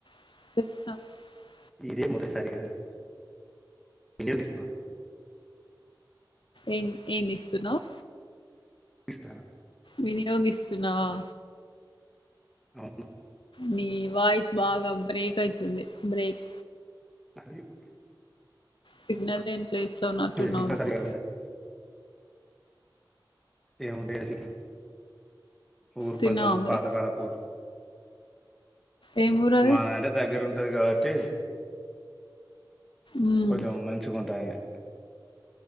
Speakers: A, on the left; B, in the centre.
A: <unintelligible>
B: ఇదే మొదటిసారిగా నేను వినియోగిస్తున్నాను
A: ఏం ఏమి ఇస్తున్నావ్
B: ఇస్తారా
A: వినియోగిస్తున్నావా
B: అవును
A: మీ వాయిస్ బాగా బ్రేక్ అయితుంది బ్రేక్
B: అది
A: సిగ్నల్ లేని ప్లేస్ లో ఉన్నట్టున్నావు
B: సిగ్నల్
A: నువ్వు
B: సరిగా ఉండదు ఏముంటాయి చ <unintelligible> ఊరు
A: తిన్నావా
B: కొంచెం
A: మరి
B: పాతకాల పూరు
A: ఏం ఊరు అది
B: మధాడే దగ్గర ఉంటది కాబట్టి
A: మ్మ్.
B: కొంచెం మంచుగుంటాడే